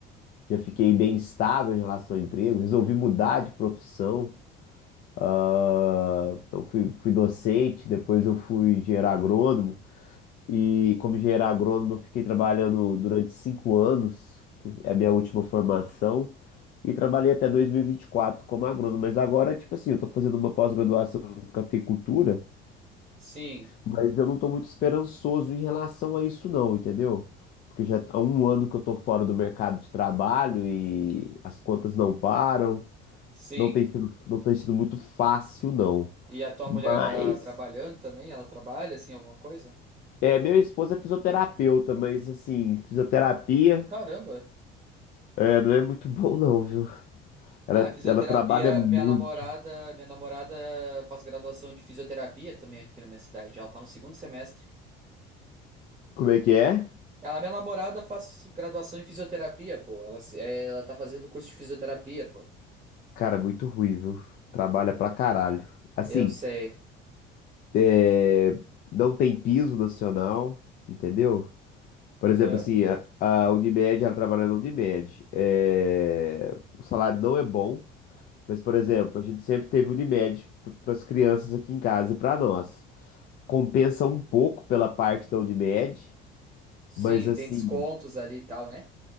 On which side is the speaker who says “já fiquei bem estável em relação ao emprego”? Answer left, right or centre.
Left